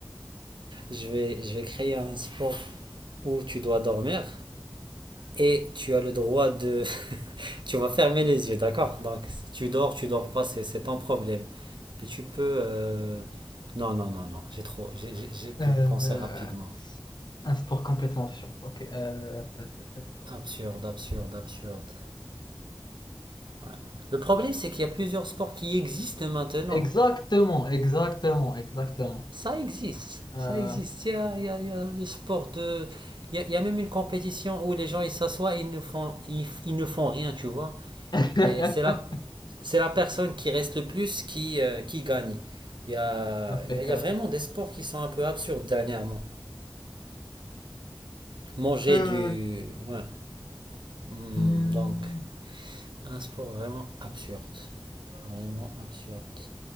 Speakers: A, on the right (about 75°); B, on the left (about 65°).
A: Je vais, je vais créer un sport où tu dois dormir et tu as le droit de... <laughs> Tu vas fermer les yeux, d'accord Donc, si tu dors, tu dors pas, c'est, c'est ton problème. Et tu peux... euh, Non, non, non, non. J'ai trop... J'ai, j'ai, j'ai pu
B: Euh,
A: penser rapidement.
B: un sport complètement absurde. Ok. Euh, ta, ta, ta.
A: Absurde, absurde, absurde. Ouais. Le problème, c'est qu'il y a plusieurs sports qui existent maintenant.
B: Exactement, exactement, exactement.
A: Ça existe,
B: Euh,
A: ça existe. Il y a, il y a- il y a le sport de... Il y a, il y a même une compétition où les gens, ils s'assoient et ils ne font, ils, ils ne font rien, tu vois.
B: <laughs>
A: Et c'est la, c'est la personne qui reste le plus qui, euh, qui gagne. Il y a,
B: Impeccable.
A: il y a- il y a vraiment des sports qui sont un peu absurdes dernièrement. Manger
B: Euh,
A: du... Ouais. Hmm,
B: Hmm,
A: donc, un sport vraiment absurde. Vraiment absurde.